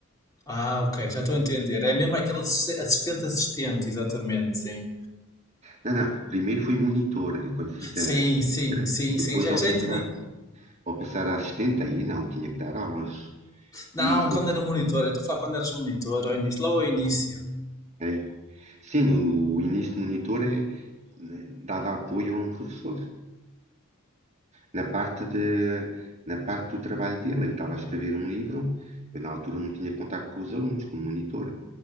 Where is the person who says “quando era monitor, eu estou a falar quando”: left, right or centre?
Left